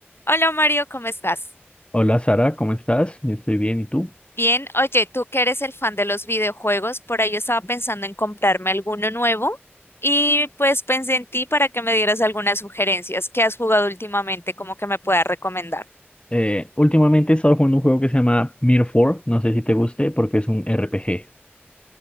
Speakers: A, on the left (about 65°); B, on the left (about 25°).
A: Hola Mario, ¿cómo estás?
B: Hola Sara, ¿cómo estás? Yo estoy bien, ¿y tú?
A: Bien, oye, tú que eres el fan de los videojuegos, por ahí yo estaba pensando en comprarme alguno nuevo y pues pensé en ti para que me dieras algunas sugerencias que has jugado últimamente, como que me puedas recomendar.
B: Eh, últimamente he estado jugando un juego que se llama Mirror 4, no sé si te guste porque es un RPG.